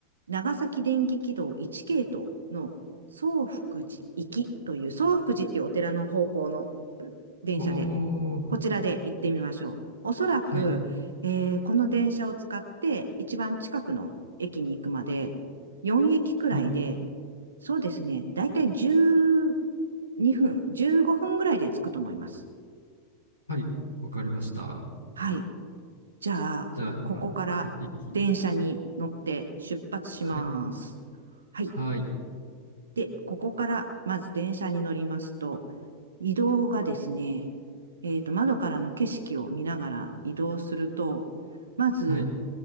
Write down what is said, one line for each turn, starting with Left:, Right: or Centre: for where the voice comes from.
Right: 長崎電気軌道1系統の宗福寺行きという、宗福寺っていうお寺の方向の電車で、
Left: おー。
Right: こちらで行ってみましょう。おそらく、
Left: はい。
Right: えーこの電車を使って一番近くの駅に行くまで、4駅くらいで、
Left: はい。
Right: そうですね、だいたい12分、15分ぐらいで着くと思います。
Left: はい。わかりました。
Right: はい。じゃあ、
Left: じゃあ、今、
Right: ここから電車に乗って出発します。
Left: はい。駅を。はい。
Right: はい。
Left: はい。
Right: で、ここからまず電車に乗りますと、移動がですね、えっと、窓からの景色を見ながら移動すると、まず、
Left: はい。